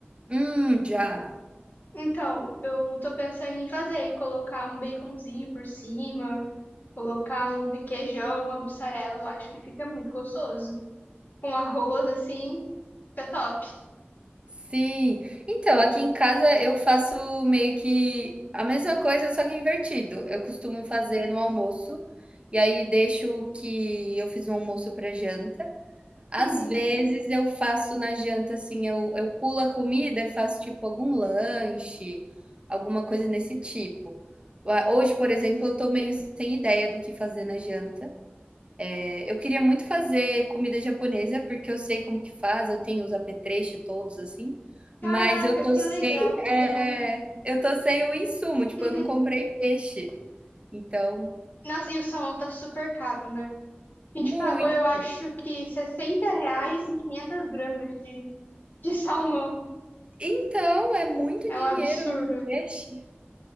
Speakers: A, on the right; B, on the left.
A: Hum, já.
B: Então, eu tô pensando em fazer e colocar um baconzinho por cima, colocar um requeijão, uma mussarela, eu acho que fica muito gostoso. com arroz assim, fica top.
A: Sim. Então, aqui em casa eu faço meio que a mesma coisa, só que invertido. Eu costumo fazer no almoço, e aí deixo o que eu fiz no almoço para janta. Às
B: Uhum.
A: vezes eu faço na janta, assim, eu eu pulo a comida e faço, tipo, algum lanche, alguma coisa nesse tipo. Ah, hoje, por exemplo, eu tô meio sem ideia do que fazer na janta. Eh, eu queria muito fazer comida japonesa, porque eu sei como que faz, eu tenho os apetrechos todos, assim,
B: Caraca,
A: mas eu tô
B: que
A: sem
B: legal.
A: é, eu tô sem o insumo, tipo,
B: <laughs>
A: eu não comprei peixe, então
B: Nossa, e o salmão tá super caro, né? A gente
A: muito.
B: pagou, eu acho que 60 reais em 500 gramas de, de salmão.
A: então, é muito
B: É
A: dinheiro
B: um absurdo.
A: num peixe.